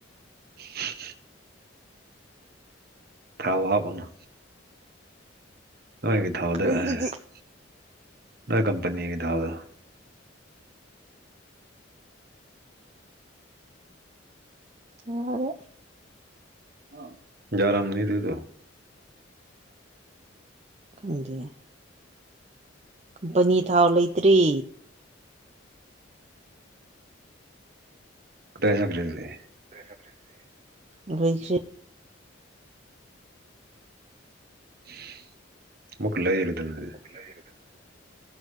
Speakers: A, on the right (about 50°); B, on the right (about 35°).
A: <unintelligible> ꯊꯥꯎ ꯍꯥꯥꯄꯣ ꯑꯃ ꯅꯣꯏꯒꯤ ꯊꯥꯎꯗ
B: ꯑꯗꯨꯗꯤ
A: <unintelligible> ꯅꯣꯏ ꯀꯝꯄꯅꯤꯒꯤ ꯊꯥꯎꯗꯣ
B: ꯌꯥꯔꯦ
A: <unintelligible> ꯌꯥꯔꯝꯅꯤ ꯑꯗꯨꯗꯣ
B: <unintelligible> ꯈꯪꯗꯦ ꯀꯝꯄꯅꯤ ꯊꯥꯎ ꯂꯩꯇ꯭ꯔꯤ
A: ꯀꯗꯥꯏ ꯆꯠꯈ꯭ꯔꯦ ꯑꯗꯨꯗꯤ
B: <unintelligible> ꯂꯣꯏꯈ꯭ꯔꯦ
A: <unintelligible> ꯃꯨꯀ ꯂꯩꯔ ꯗꯃꯤ
B: ꯂꯩꯔꯗꯝꯅꯦ